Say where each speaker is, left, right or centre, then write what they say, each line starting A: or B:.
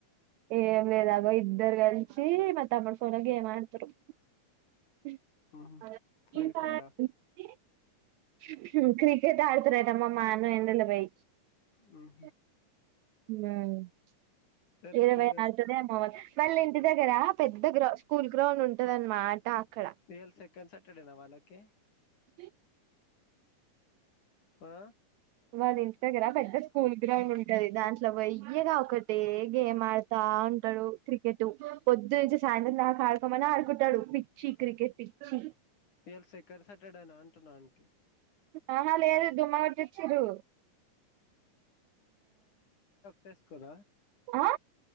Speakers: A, on the right (about 85°); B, on the left (about 65°).
A: ఏం లేదగో ఇద్దరు కలిసి మా తమ్ముడి ఫోన్లో గేమ్ ఆడుతురు <unintelligible>
B: మ్మ్. ఫ్రీ ఫైరా
A: హుమ్ క్రికెట్ ఆడుతురట మా <unintelligible> ఎండలో పొయ్
B: మ్మ్.
A: <unintelligible>
B: రేపు స్కూల్
A: వాళ్ళ ఇంటి దగ్గర పెద్ద గ్రౌ స్కూల్ గ్రౌండ్ ఉంటదానమాట అక్కడ
B: ఇయాల సెకండ్ సటర్డే నా వాళ్ళకి
A: ది
B: ఆ
A: వాళ్ళ ఇంటి దగర పెద్ద స్కూల్ గ్రౌండ్ ఉంటది దాంట్లోకి పొయ్యి ఇగ ఒకట్ టే గేమ్ ఆడతా ఉంటడు క్రికెటు పొద్దు నుంచి సాయంత్రం దాకా ఆడుకోమన ఆడుకుంటాడు పిచ్చి క్రికెట్ పిచ్చి
B: ఇయాల సెకండ్ సటర్డేనా అంటున్నా ఆనికి
A: ఆహా లేదు డుమ్మ కొట్టొచ్చిరు
B: టెస్కొద
A: ఆ